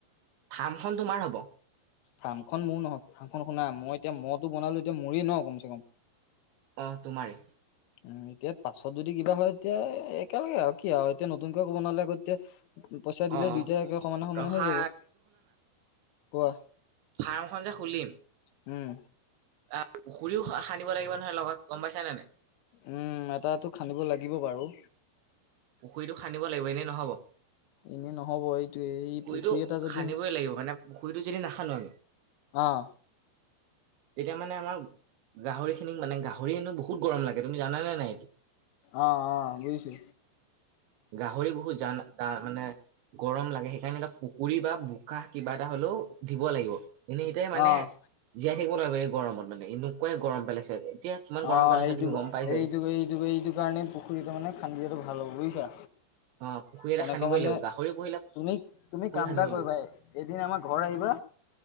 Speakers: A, on the right (about 75°); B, on the left (about 80°).
A: থাৰ্মখন তোমাৰ হব।
B: ফাৰ্মখন মোৰ নহয় ফাৰ্মখন শুনা মই এতিয়া মটো বনালো এতিয়া মোৰিই ন কমচ কম
A: অ তোমাৰে
B: উম এতিয়া পাছত যদি কিবা হয় তেতিয়া একেলগে আৰু কি আৰু এতিয়া নতুনকে ক'ব নালে আ এতিয়া পইচা দিলে
A: অ
B: দুইট
A: অ
B: একে সমানে সমানে
A: ৰখা
B: হৈ যাব কোৱা।
A: ফাৰ্ম খন যে খুলিম
B: উম,
A: আহ পুখুৰীও সানিব লাগিব নহয় লগ গমাই নাই
B: উম এটাাতটো খান্দিব লাগিব বাৰু
A: পুখুৰীটো খান্দিব লাগিব এনেই নহ'ব।
B: এনেই নহ'ব এইটো এই
A: পুখুৰীটো
B: পুখুৰী এটা যদি
A: সানিবই লাগিব মানে পুখুৰীটো যদি নাখানো আমি
B: অঁ
A: তেতিয়া মানে আমাৰ গাহৰি খিনিক মানে গাহৰিনো বহুত গৰম লাগে জানানে নাই এইটো
B: অ অ বুজিছো
A: গাহৰি বহুত জান মানে গৰম লাগে সেইকাৰণে এটা পুকুৰী বা বোকা কিবা এটা হলেও। দিব লাগিব এনেতে মানে
B: অ'।
A: জীয়াই থাকিব নোৱাৰিব এই গৰমত মানে এনেকুৱাই গৰম পেলাইছে এতিয়া কিমান গৰম
B: অ
A: পেলাইছে
B: এইটো
A: তুমি গম পাইছাই
B: এইটো এইটো এইটো কাৰণে পুখুৰীত মানে খান্দি হেল্লো শুনিছা?
A: অ পুখুৰী এটা
B: তেনেকুৱা
A: খানিবই
B: মানে
A: লাগিব গাহৰি পুহিলে
B: তুমি তুমি
A: পুখুৰী
B: কাম
A: খানিবই
B: এটা কৰিবা
A: লাগিব
B: এদিন আমাৰ ঘৰ আহিবা।